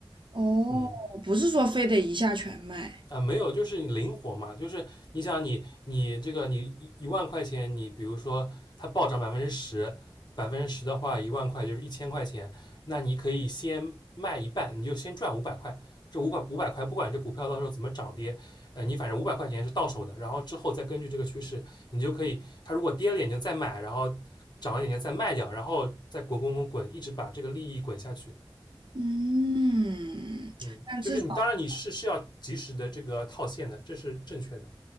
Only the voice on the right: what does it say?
哦，
不是说非得一下全卖。
嗯，
但至少